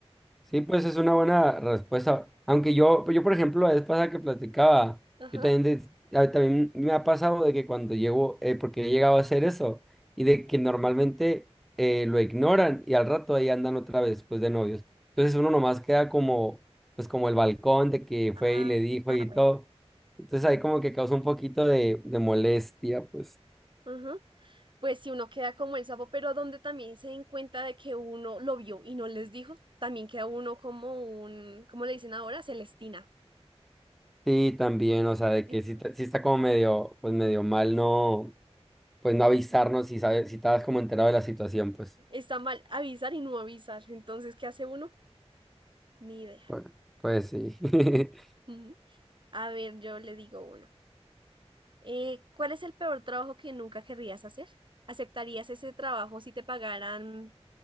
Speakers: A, in the centre; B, on the right.
A: Sí, pues es una buena respuesta. Aunque yo, yo por ejemplo, la vez pasada que platicaba,
B: Ajá.
A: yo también, de- a- también me ha pasado de que cuando llego, eh, porque he llegado a hacer eso, y de que normalmente eh, lo ignoran y al rato ahí andan otra vez, pues de novios. Entonces uno nomás queda como, pues como el balcón de que
B: Ah,
A: fue y le dijo y
B: bueno.
A: todo. Entonces ahí como que causa un poquito de, de molestia, pues.
B: Ajá. Pues si uno queda como el sapo, pero donde también se den cuenta de que uno lo vio y no les dijo, también queda uno como un, ¿cómo le dicen ahora? Celestina.
A: Sí, también, o sea, de
B: Ujú.
A: que sí, ta- sí está como medio, pues medio mal, no. pues no avisarnos si sabes, si estabas como enterado de la situación, pues.
B: Está mal avisar y no avisar. Entonces, ¿qué hace uno? Ni idea.
A: Pues, pues sí. <laughs>
B: Ujú. A ver, yo le digo uno. Eh, ¿cuál es el peor trabajo que nunca querrías hacer? ¿Aceptarías ese trabajo si te pagaran